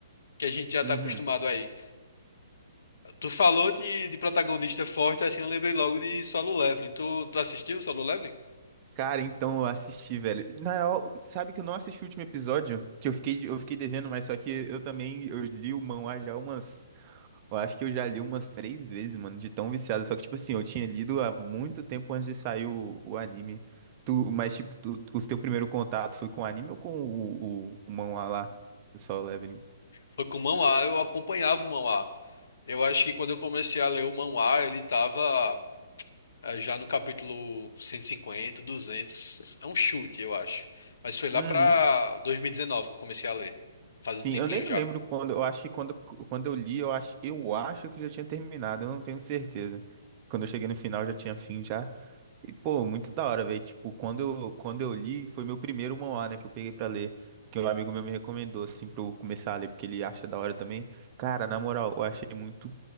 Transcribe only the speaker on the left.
que a gente já
tá acostumado aí. Tu falou de, de protagonista forte, assim, eu lembrei logo de Solo Leveling. Tu, tu assistiu Solo Leveling?
Foi com o Manhwa, eu acompanhava o Manhwa. Eu acho que quando eu comecei a ler o Manhwa, ele tava. Ah, Já no capítulo 150, 200, é um chute, eu acho. Mas foi lá
pra 2019 que eu comecei a ler. Faz
um tempinho
já.